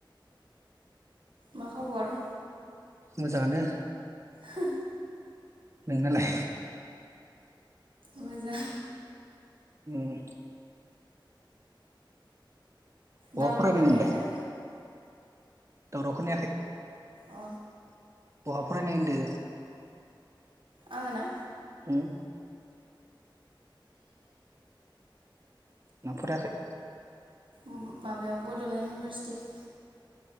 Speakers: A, on the right; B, on the right.
A: मा खबर
B: मोजाङानो
A: हो
B: नोंनालाय
A: मोजां
B: उमह बहा
A: दावराव
B: फरायनाय
A: खानायखैना
B: नोंलाय दावराव खोनायाखै
A: अ
B: बहाफरायनाय होनदो
A: आंङोना
B: हम नों फरायाखै
A: उम माबायाव बडलेण्ड इउनिभारसिटि <inaudible>